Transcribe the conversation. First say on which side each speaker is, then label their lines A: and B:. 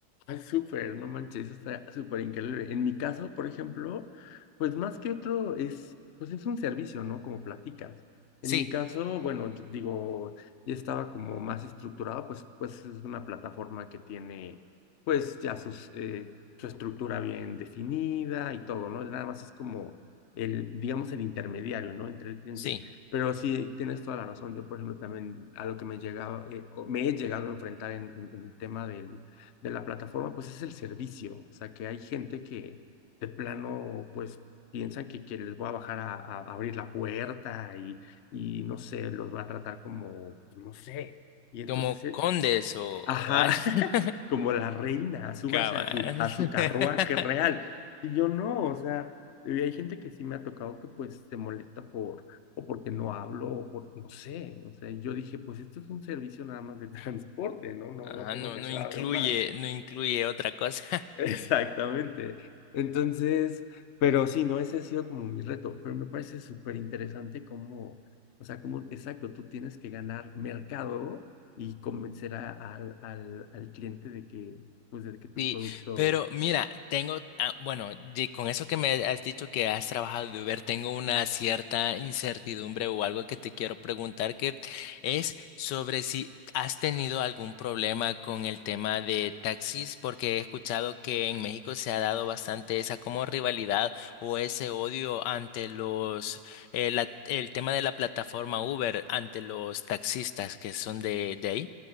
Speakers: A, on the left; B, on the left.
A: Ay, súper, no manches, está súper increíble. En mi caso, por ejemplo, pues más que otro es, pues es un servicio, ¿no? Como platicas.
B: Sí,
A: En mi caso, bueno, yo digo, ya estaba como más estructurado, pues, pues es una plataforma que tiene, pues ya sus, eh, su estructura bien definida y todo, ¿no? Nada más es como el, digamos, el intermediario, ¿no? Entre el cliente.
B: sí.
A: Pero sí, tienes toda la razón. Yo, por ejemplo, también a lo que me llegaba, eh, o me he llegado a enfrentar en en- en el tema del de la plataforma, pues es el servicio. O sea, que hay gente que de plano, pues piensan que, que les voy a bajar a, a abrir la puerta y, y no sé, los va a tratar como, pues, no sé. Y entonces,
B: como
A: eh,
B: condes o, o
A: ajá,
B: algo.
A: <laughs>
B: <laughs>
A: como la reina, súbase
B: Cabal.
A: a su,
B: <laughs>
A: a su carruaje real. Y yo no, o sea, y hay gente que sí me ha tocado que pues se molesta por, o porque no hablo, o porque no sé. O sea, yo dije, pues esto es un servicio nada más de <laughs> transporte, ¿no? No,
B: Ajá,
A: no tengo
B: no,
A: que
B: no
A: hacer
B: incluye,
A: algo más.
B: no incluye otra cosa.
A: Exactamente. Entonces, pero sí, no, ese ha sido como mi reto, pero me parece súper interesante cómo, o sea, cómo, exacto, tú tienes que ganar mercado y convencer a- al, al, al cliente de que, pues, de que tu
B: Sí,
A: producto,
B: pero mira, tengo, ah, bueno, de- con eso que me has dicho que has trabajado de Uber, tengo una cierta incertidumbre o algo que te quiero preguntar que es sobre si has tenido algún problema con el tema de taxis, porque he escuchado que en México se ha dado bastante esa como rivalidad o ese odio ante los, eh, la- el tema de la plataforma Uber, ante los taxistas que son de, de ahí.